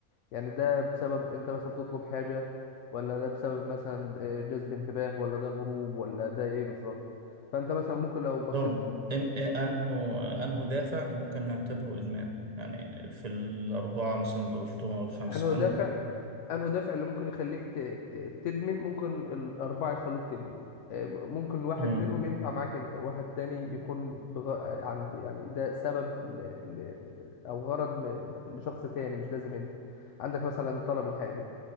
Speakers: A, on the left; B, on the right.
A: يعني ده بسبب انت مثلا بتطلب حاجه ولا ده بسبب مثلا آه، جذب انتباه ولا ده هروب ولا ده ايه بالظبط فانت مثلا ممكن لو بصيت
B: طب إن- إيه أنه أنه دافع ممكن نعتبره إدمان يعني في الأربعة مثلا دول أو الخمسة
A: هل هو دافع انه دافع اللي ممكن يخليك ت- ت- تدمن ممكن الاربعه يخلوك تدمن آه، ممكن واحد
B: أنه
A: منهم ينفع معاك انت واحد تاني يكون بغ... آه، عند يعني ده سبب ل... ل... او غرض م... لشخص تاني مش لازم انت عندك مثلا طلب الحاجه